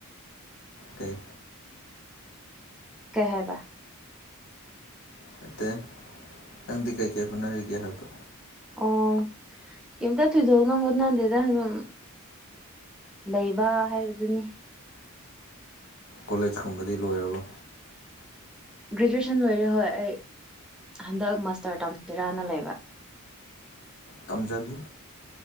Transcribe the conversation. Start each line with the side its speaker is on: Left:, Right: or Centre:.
Left: ꯀꯩ꯫
Centre: ꯀꯩ ꯍꯥꯏꯕ
Left: ꯅꯠꯇꯦ ꯅꯪꯗꯤ ꯀꯩ ꯀꯩ ꯍꯣꯠꯅꯔꯤꯒꯦ ꯍꯥꯏꯕ
Centre: ꯑꯣ ꯀꯩꯝꯇ ꯊꯣꯏꯗꯣꯛꯅ ꯍꯣꯠꯅꯗꯦꯗ ꯑꯗꯨꯝ ꯂꯩꯕ ꯍꯥꯏꯕꯗꯨꯅꯤ
Left: ꯀꯣꯂꯦꯖꯀꯨꯝꯕꯗꯤ ꯂꯣꯏꯔꯥꯕꯣ
Centre: ꯒ꯭ꯔꯦꯖꯨꯑꯦꯁꯟ ꯂꯣꯏꯔꯦ ꯍꯣꯏ ꯑꯩ ꯍꯟꯗꯛ ꯃꯥꯁꯇ꯭ꯔ ꯇꯝꯁꯤꯔꯥꯅ ꯂꯩꯕ
Left: ꯇꯝꯖꯜꯂꯨ